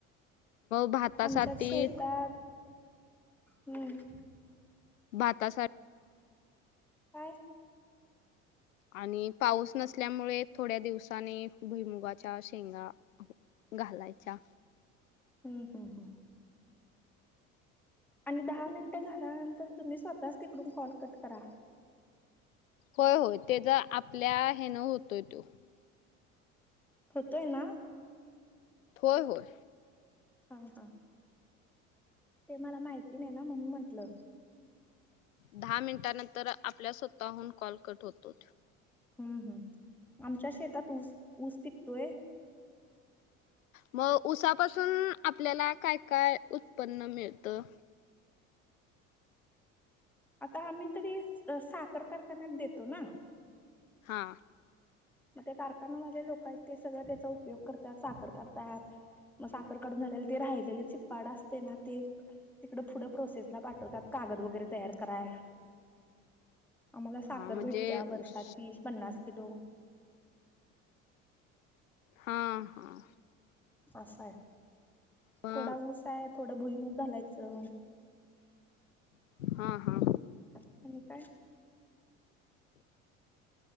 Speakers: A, on the left; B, in the centre.
A: भातासाठी
B: आमच्यात शेतात <inaudible>
A: भाता साठी
B: काय?
A: आणि पाऊस नसल्यामुळे थोड्या दिवसानी भुईमुगाच्या शेंगा घालायच्या.
B: हुं. हुं. आणि दहा मिनटं झाल्यानंतर, तुम्ही स्वतःच तिकडून कॉल कट करा.
A: होय होय, तेज आपल्या हे न होतोय तो.
B: होतोय ना?
A: होय होय.
B: हा का? ते मला माहिती नाही ना, म्हणून म्हटलं.
A: दहा मिनिटानंतर आपल्या स्वतःहून कॉल कट होतो.
B: हू हू, आमच्या शेतात ऊस ऊस पिकतोय.
A: मग उसापासून आपल्याला काय काय उत्पन्न मिळतं?
B: आता आम्ही तरी साखर कारखान्यात देतो ना.
A: हा.
B: मग ते कारखानवाले लोक आहेत, ते सगळं त्याचा उपयोग करतात, साखर करतात. मग साखर काढून झाले ते राहिलेलं चिप्पाड असतय ना, ते तिकड पुढं प्रोसेस ला पाठवतात कागद वगैरे तयार कराय. आम्हाला साखर
A: हा म्हणजे
B: भेटतीया
A: ऊस
B: वर्षाची पन्नास किलो.
A: हां हां.
B: आस हाय.
A: मग
B: थोडा ऊस हाय, थोडं भुईमुूग घालायचं.
A: हा हा.
B: आणि काय?